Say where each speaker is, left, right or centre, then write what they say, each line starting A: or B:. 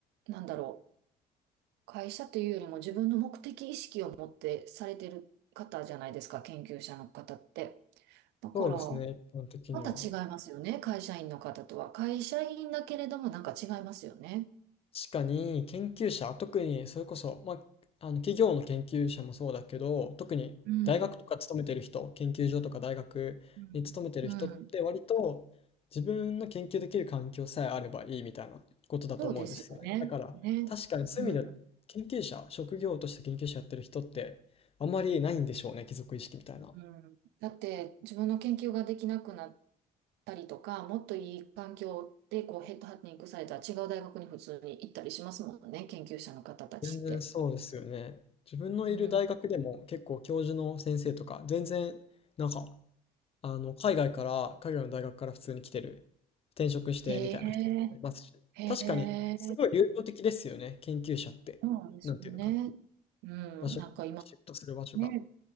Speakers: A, on the right (about 80°); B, on the left (about 35°).
A: う、なんだろう、会社というよりも自分の目的意識を持ってされてる方じゃないですか、研究者の方って。だから、
B: そうですね、一般的には。
A: また違いますよね、会社員の方とは。会社員だけれども、なんか違いますよね。
B: 確かに研究者、特にそれこそ、まあ、あの企業の研究者もそうだけど、特に大学とか勤めてる人、
A: うん。
B: 研究所とか大学に勤めてる人って割と自分の研究できる環境さえあればいいみたいなことだと思うんですよね。
A: うん。うん。そうですよね。
B: だから確かにそういう意味で研究者、
A: ね。うん。
B: 職業として研究者やってる人ってあんまりないんでしょうね、貴族意識みたいな。
A: うん。だって自分の研究ができなくなったりとか、もっといい環境でこうヘッドハンティングされたら違う大学に普通に行ったりしますもんね、研究者の方たちって。
B: 全然そうですよね。自分のいる大学でも結構教授の先生とか全然なんか
A: うん。
B: あの、海外から、海外の大学から普通に来てる、転職してみたいな人とかもいますし、
A: へえ、へ
B: 確かにすごい流動的ですよね、
A: え、
B: 研究者って。
A: そうなんですよね。
B: なんていうのかな、
A: うん、
B: 場所シフトする場所が。
A: なんか今ね、